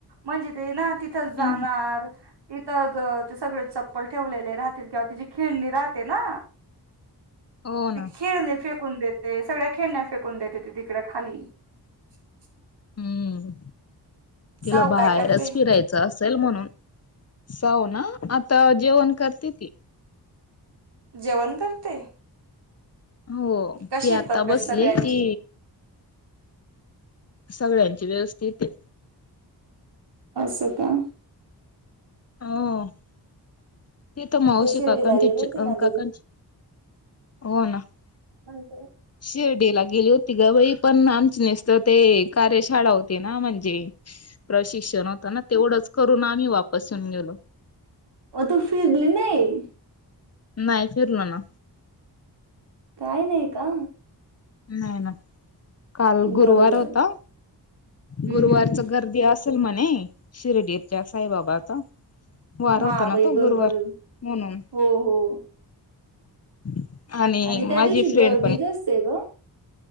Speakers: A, on the right (about 85°); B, on the left (about 40°).
A: म्हणजे ते ना तिथं जाणार.
B: हम्म.
A: तिथंच ते सगळे चप्पल ठेवलेले राहतील किंवा तिची खिळणी राहते ना
B: हो
A: ती
B: ना
A: खेळणी फेक फेकून देते सगळ्या खेळण्या फेकून देते ती तिकड खाली. <unintelligible>
B: हम्म तिला
A: साऊ
B: बाहेरच
A: काय करते
B: फिरायचं अस चल म्हणून जाऊ ना आता जेवण कर ते ते
A: जेवण करते
B: हो
A: कशी
B: ती
A: आहे
B: आता
A: तब्येत
B: बसली
A: सगळ्यांची
B: ती सगळ्यांची व्यवस्थितेते
A: असका
B: हो तीथ मावशी
A: तू शिर्डीला
B: काकचे
A: गेली होती ना
B: काकनची
A: दिदी
B: हो ना <unintelligible>
A: हो
B: शिर्डीला गेली होती ग बाई पण, आमची नसत ते कार्यशाळा होती ना म्हणजे प्रशिक्षण होता ना तेवढंच करून आम्ही वापस येेऊन गेलो.
A: तो फिरली नाही <unintelligible>
B: नाही फिरलो ना.
A: काय नाही का?
B: नाही् ना काल
A: बरोबर
B: गुरुवार होता,
A: हम्म
B: गुरुवारच
A: हम्म
B: गर्दी असल म्हण शिर्डीरच्या साईबाबाचा वार
A: हा
B: होता ना
A: भाई
B: तो
A: बरोबर
B: गुरुवार
A: हो
B: म्हणून
A: हो
B: <unintelligible>
A: आणि त्या
B: माझी
A: दिवशी
B: फ्रेंड
A: गर्दीच असते गं